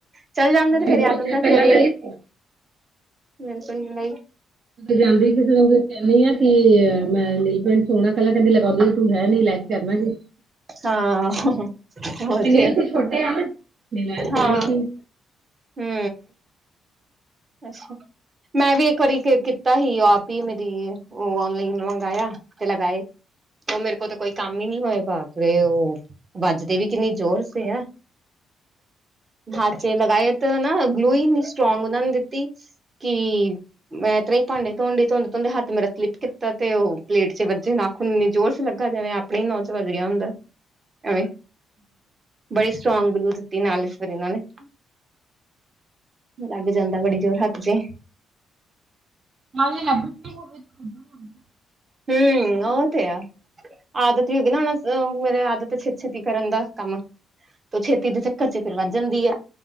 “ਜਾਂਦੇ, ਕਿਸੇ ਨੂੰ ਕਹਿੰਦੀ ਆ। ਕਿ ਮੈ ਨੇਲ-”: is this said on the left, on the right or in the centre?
Right